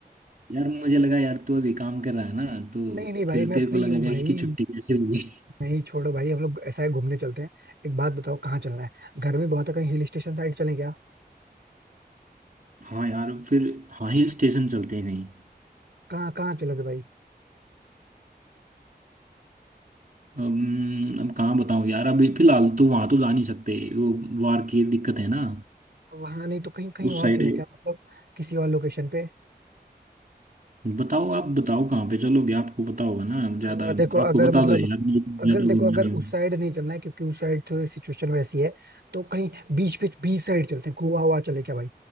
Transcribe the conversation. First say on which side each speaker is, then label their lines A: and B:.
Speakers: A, on the right; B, on the right.
A: यार मुझे लगा यार तू अभी काम कर रहा है ना तो
B: नहीं नहीं भाई
A: फिर
B: मैं
A: तेरे
B: फ्री
A: को लगेगा
B: हूँ भाई
A: इसकी छुट्टी कैसे होगी
B: नहीं छोड़ो भाई हम लोग ऐसा है घूमने चलते हैं एक बात बताओ कहाँ चलना है गर्मी बहुत है कहीं हिल स्टेशन साइड चलें क्या
A: <laughs> हाँ यार फिर हाँ हिल स्टेशन चलते हैं कहीं
B: कहाँ कहाँ चलोगे भाई
A: अम्म, अब कहाँ बताऊँ यार अभी फिलहाल तो वहां तो जा नहीं सकते वो वार की दिक्कत है ना
B: वहां नहीं तो कहीं कहीं
A: उस
B: और
A: साइड
B: चलें क्या मतलब किसी और लोकेशन पे
A: बताओ आप बताओ कहाँ पे चलोगे आपको पता होगा ना ज्यादा
B: अ, देखो
A: आपको
B: अगर
A: बता
B: मतलब
A: दो यार मैं तो ज्यादा
B: अगर देखो
A: घूमा
B: अगर
A: नहीं हूँ
B: उस साइड नहीं चलना है क्योंकि उस साइड थोड़ी सिचुएशन वैसी है तो कहीं बीच बीच बीच साइड चलते हैं गोवा हुआ चले क्या भाई